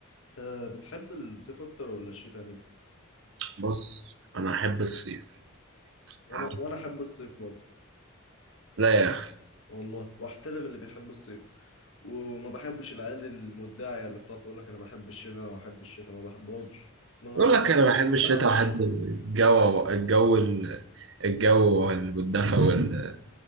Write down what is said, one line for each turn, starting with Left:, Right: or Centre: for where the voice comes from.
Left: انت بتحب الصيف اكتر ولا الشتاء يعني
Right: بص انا احب الصيف
Left: وانا
Right: عارف
Left: وانا احب الصيف برضه
Right: لا يا اخي
Left: والله واحترم اللي بيحب الصيف وما بحبش العيال المدعية اللي بتقعد تقول لك انا بحب الشتاء انا بحب الشتاء ما بحبهمش ما
Right: يقول
Left: بحب
Right: لك انا بحب الشتاء
Left: ولا بحب
Right: وأحب
Left: الشتاء
Right: الجو الجو ال- الجو وال- والدفى وال-